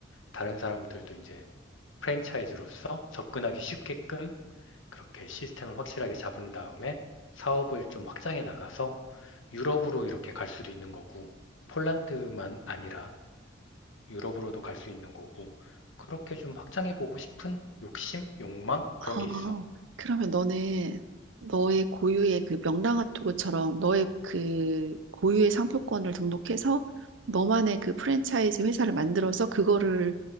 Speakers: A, on the left (about 80°); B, on the right (about 75°).
A: 다른 사람들도 이제 프랜차이즈로서 접근하기 쉽게끔 그렇게 시스템을 확실하게 잡은 다음에 사업을 좀 확장해 나가서 유럽으로 이렇게 갈 수도 있는 거고, 폴란드만 아니라 유럽으로도 갈 수 있는 거고, 그렇게 좀 확장해 보고 싶은 욕심, 욕망
B: 아,
A: 그런 게 있어.
B: 그러면 너는 너의 고유의 그 명랑핫도그처럼 너의 그 고유의 상표권을 등록해서 너만의 그 프랜차이즈 회사를 만들어서 그거를